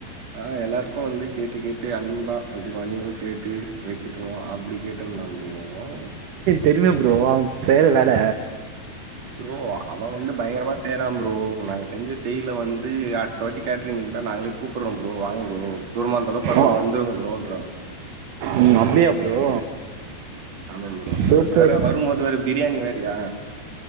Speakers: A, on the right (about 45°); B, on the right (about 65°).
A: ஆ எல்லாருக்கும் வந்து கேட்டு கேட்டு அன்பா அப்டி பணிவா கேட்டு வைக்கிட்டும் அப்டி கேட்டுந்தான் ப்ரோ அவன்
B: தெரியுமே ப்ரோ அவன் செய்யற வேல
A: ப்ரோ அவன் வந்து பயங்கரமா செய்றான் ப்ரோ நாங்க செஞ்ச செய்ல வந்து அடு த்த வாட்டி கேட்ரிங்க் இருந்தா நாங்களே கூப்பறம் ப்ரோ வாங்க ப்ரோ தூரமாந்தாளும் பரவாயில்ல
B: ஓ
A: வந்துருங்க ப்ரோன்றாங்க
B: ம் அப்டியா ப்ரோ
A: ஆமா ப்ரோ
B: சூப்பர்
A: வேற வருமோது வேற பிரியாணி வேறயா